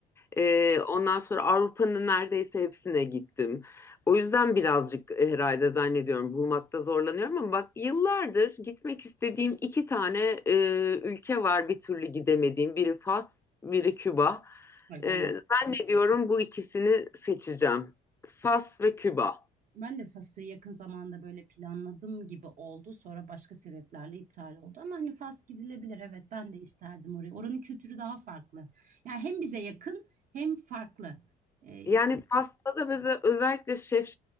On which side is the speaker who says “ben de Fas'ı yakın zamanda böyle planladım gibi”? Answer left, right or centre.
Right